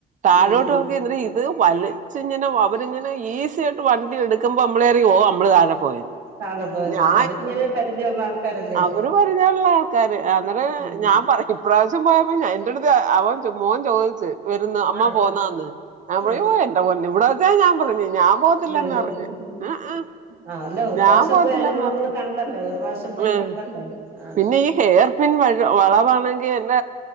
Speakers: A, on the right; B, on the right.
A: താഴോട്ടുനോക്കിയാ
B: ഉം
A: ഇത് വലിച്ച് ഇങ്ങനെ അവരിങ്ങനെ ഈസി ആയിട്ട് വണ്ടി എടുക്കുമ്പോ നമ്മളറിയും ഓ നമ്മൾ താഴെ പോയന്ന്
B: താഴെ പോയന്ന്
A: ഞാ
B: അവരിങ്ങനെ പരിചയമുള്ള ആൾക്കാരല്ലേ
A: അവര് പറഞ്ഞ്തരില്ല ക്കാര് അന്നേരം
B: ഉം
A: ഞാൻ പറഞ്ഞു ഇപ്രാവിശ്യം പോയപ്പോ എന്റെ അടുത്ത് അവൻ മോൻ ചോദിച്ചു വരുന്നോ അമ്മ
B: ആഹ്
A: പോന്നാന്ന് ഞാൻ പറഞ്ഞു
B: ആഹ്
A: ഓ എന്റെ പൊന്നു ഇവടെ വച്ചേ ഞാൻ പറഞ്ഞ് ഞാൻ പോത്തില്ല
B: വരുന്നുണ്ട്
A: എന്നുപറഞ്ഞു ഉമ്
B: ആഹ് അല്ല ഒരു
A: ഞാൻ
B: പ്രാവശ്യം
A: പോത്തില്ല
B: പോയി അനുഭവം
A: എന്നു
B: നമ്മള്
A: പറഞ്ഞു
B: കണ്ടല്ലോ ഒരു പ്രാവശ്യം പോയി
A: ആഹ്
B: കണ്ടല്ലോ ആഹ്
A: പിന്നെ ഈ ഹെയർ പിൻ വഴ വളവാണെങ്കിൽ